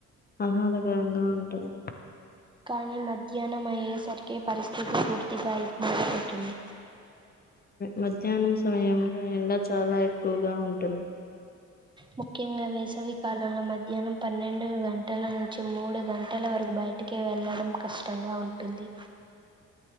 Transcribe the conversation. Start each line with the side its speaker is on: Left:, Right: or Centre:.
Left: ఆహ్లాదకరంగా ఉంటుంది.
Right: కానీ మధ్యాహ్నం అయ్యేసరికే పరిస్థితి పూర్తిగా ఇబ్బందిపెడుతుంది.
Left: మధ్యాహ్నం సమయంలో ఎండ చాలా ఎక్కువగా ఉంటుంది.
Right: ముఖ్యంగా వేసవి కాలంలో మధ్యాహ్నం పన్నెండు గంటల నుంచి మూడు గంటల వరకు బయటికి వెళ్లడం కష్టంగా ఉంటుంది.